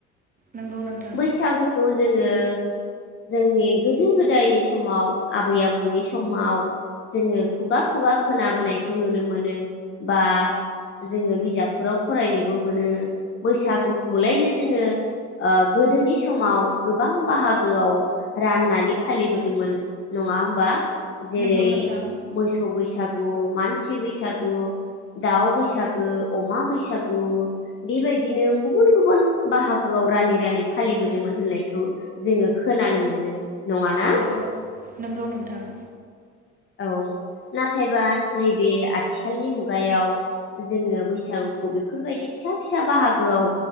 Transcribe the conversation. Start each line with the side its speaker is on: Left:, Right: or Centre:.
Right: नंगौ नोंथां
Left: बैसागुखौ जोङो। जोंनि गोदो गोदायनि समाव आबै आबौनि समाव जोङो खुगा खुगा खोनाबोनायखौ नुनो मोनो बा जोङो बिजाबफोराव फरायनोबो मोनो बैसागुखौलायनो जोङो। गोदोनि समाव गोबां बाहागोआव राननानै फालिबोदोंमोन नङा होमबा। जेरै
Right: नंगौ नोंथां
Left: मोसौ बैसागु मानसि बैसागु, दाउ बैसागु, अमा बैसागु बेबायदिनो गुबुन गुबुन बाहागो। रानै रानै फालिबोदोंमोन होननायखौ जोङो खोनानो मोनो। नङाना
Right: नोंगौ नंगौ नोंथां।
Left: औ नाथायबा नैबे आथिखालनि मुगायाव जोङो बैसागुखौ बेफोर बायदि फिसा फिसा बाहागोआव